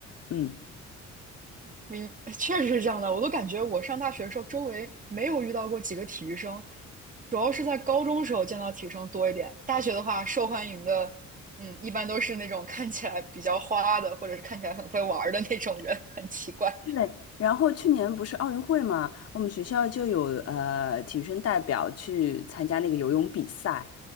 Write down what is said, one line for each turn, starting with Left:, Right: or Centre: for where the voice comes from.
Left: 嗯。
Right: 明，<laughs> 确实是这样的。我都感觉我上大学的时候，周围没有遇到过几个体育生，主要是在高中时候见到体育生多一点。大学的话，受欢迎的，嗯，一般都是那种看起来比较花的，或者是看起来很会玩儿的那种人，<laughs> 很奇怪。
Left: 对，然后去年不是奥运会嘛，我们学校就有呃体育生代表去参加那个游泳比赛，